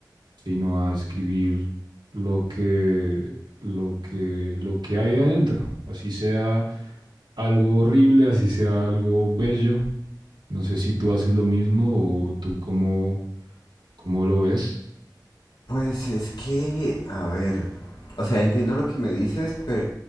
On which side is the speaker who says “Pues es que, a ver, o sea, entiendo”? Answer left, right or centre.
Left